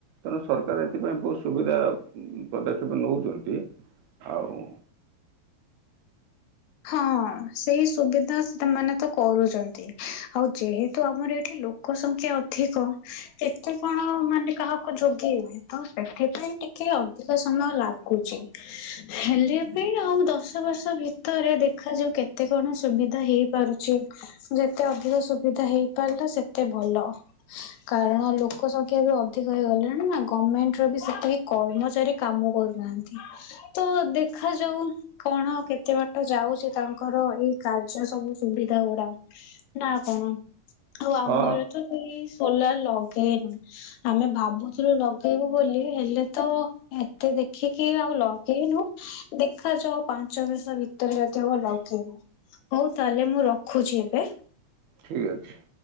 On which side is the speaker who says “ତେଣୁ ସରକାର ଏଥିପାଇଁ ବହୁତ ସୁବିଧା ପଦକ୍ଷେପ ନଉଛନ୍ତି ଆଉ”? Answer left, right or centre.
Right